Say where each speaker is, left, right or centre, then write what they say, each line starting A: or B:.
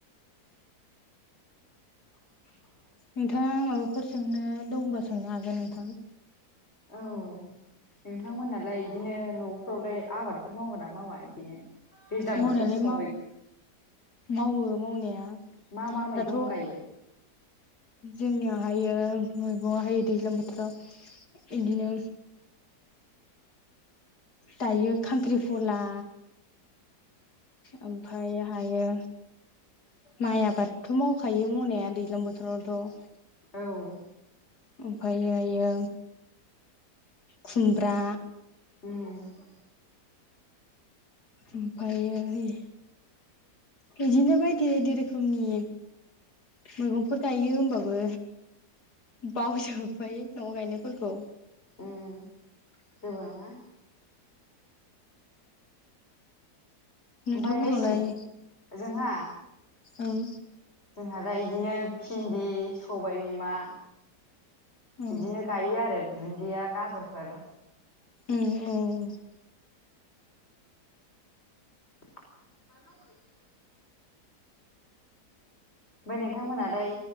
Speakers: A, on the left (about 40°); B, on the left (about 70°).
A: <inaudible>
B: नोंथाङा माबाफोर सोंनो दंबा सोंनो हागोन नोंथां
A: औ नोंथांमोनालाय इदिनो न'फ्रावलाय आबादफोर मावगोन ना मावा इदिनो? दैज्लां
B: मावनायालाय
A: बोथोर समाव
B: माव
A: मैगं
B: मावो मावनाया
A: मा मा मैगं
B: दाथ
A: गायो
B: जोंनियावहायो मैगंहाय दैज्लां बोथोराव इदिनो दायो खांख्रिखला उम फाय हायो माइ आबादथ मावखायो मावनाया दैज्लां बोथोरावथ
A: औ
B: ओमफाहायो खुमब्रा
A: उम
B: ओमफ्रायो बिदिनो बायदि बायदि रोखोमनि मैगंफोर थायो होमबाबो बावजोबबाय न'आव गायनायफोरखौ
A: ओम जेबो नङा
B: नोंथांमोनावलाय
A: ओमफ्राय मेसें जोंहा
B: ओं
A: जोंहा दा बिदिनो भिन्दि सबाय बिमा
B: औ
A: बिदिनो गायो आरो दुन्दिया गाजरफोर
B: <unintelligible>
A: <unintelligible> ओमफ्राय नोंथांमोनहालाय